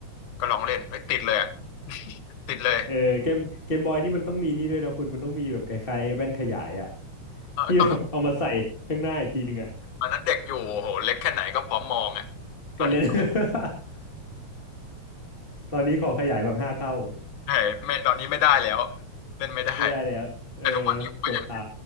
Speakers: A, on the left; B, on the left.
A: ก็ลองเล่นเฮ้ยติดเลยอ่ะ <laughs> ติดเลย
B: เออเกม เกมบอยนี่มันต้องมีนี่ด้วยนะคุณ มันต้องมีแบบคล้ายๆไอ้แว่นขยายอะ
A: เออตอน
B: ที่แบบเอามาใส่ข้างหน้าอีกทีหนึ่งอะ
A: ตอนนั้นเด็กอยู่โหเล็กแค่ไหนก็พร้อมมองอ่ะตอนนี้
B: กันเล่น <laughs> ตอนนี้ขอขยายแบบห้าเท่า
A: เฮ้ยไม่ตอนนี้ไม่ได้แล้วเล่นไม่ได้
B: ไม่ได้แล้ว เออ
A: แต่ทุกวันนี้ผมก็ยัง
B: ปวดตา